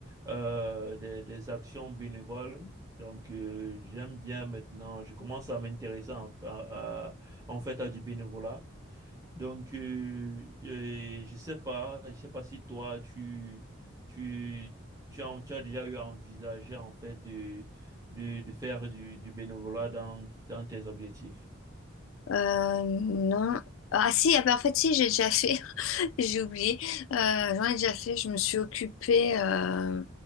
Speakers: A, on the right; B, on the left.
A: euh, des, des actions bénévoles donc, euh, j'aime bien maintenant, je commence à m'intéresser en, à- à- en fait à du bénévolat. Donc, euh, euh, je sais pas, je sais pas si toi, tu, tu, tu as, tu as déjà eu à envisager en fait de, de, de faire du, du bénévolat dans, dans tes objectifs.
B: Euh, non. Ah si, ah bah, en fait si, j'ai déjà fait. <laughs> J'ai oublié. Euh, j'en ai déjà fait. Je me suis occupée euh,